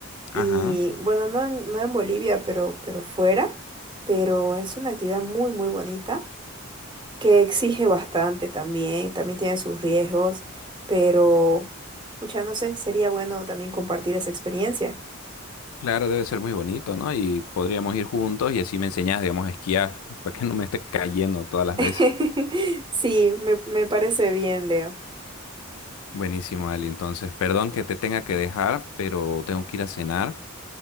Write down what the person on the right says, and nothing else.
Y bueno, no en, no en Bolivia, pero, pero fuera, pero es una actividad muy, muy bonita que exige bastante también, también tiene sus riesgos, pero, pucha, no sé, sería bueno también compartir esa experiencia.
<laughs>
Sí, me, me parece bien, Leo,